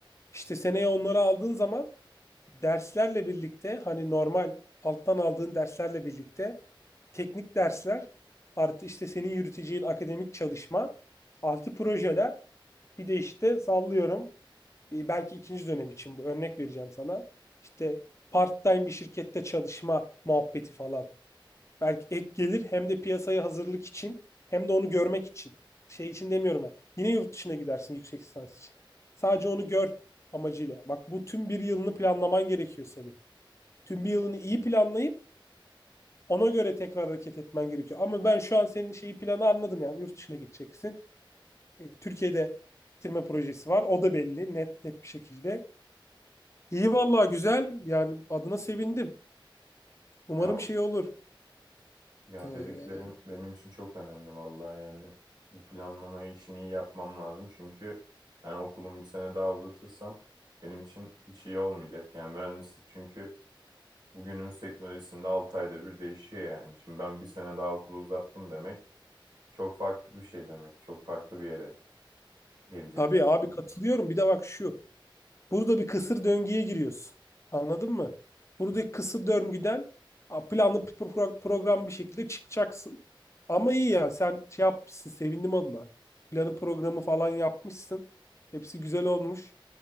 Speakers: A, on the left; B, on the right.
A: İşte seneye onları aldığın zaman derslerle birlikte hani normal alttan aldığın derslerle birlikte teknik dersler artı işte senin yürüteceğin akademik çalışma artı projeler bir de işte sallıyorum e, belki ikinci dönem için bu örnek vereceğim sana. İşte part-time bir şirkette çalışma muhabbeti falan. Belki ek gelir hem de piyasaya hazırlık için hem de onu görmek için. Şey için demiyorum ben. Yine yurt dışına gidersin yüksek lisans için. Sadece onu gör amacıyla. Bak bu tüm bir yılını planlaman gerekiyor senin. Tüm bir yılını iyi planlayıp ona göre tekrar hareket etmen gerekiyor. Ama ben şu an senin şeyi planı anladım yani yurt dışına gideceksin. E, Türkiye'de bitirme projesi var. O da belli net net bir şekilde. İyi vallahi güzel. Yani adına sevindim. Umarım
B: Ya
A: şey olur.
B: Ya
A: E,
B: dediklerin benim için çok önemli vallahi yani bu planlamayı işini iyi yapmam lazım çünkü yani okulum bir sene daha uzatırsam benim için hiç iyi olmayacak. Yani mühendislik çünkü bugünümüz teknolojisinde 6 ayda bir değişiyor yani. Şimdi ben bir sene daha okulu uzattım demek çok farklı bir şey demek. Çok farklı bir yere geleceğiz
A: tabii
B: demek.
A: abi katılıyorum. Bir de bak şu. Burada bir kısır döngüye giriyorsun. Anladın mı? Buradaki kısır döngüden a, planlı bir pro- program bir şekilde çıkacaksın. Ama iyi yani sen şey yapmışsın sevindim adına. Planı programı falan yapmışsın. Hepsi güzel olmuş.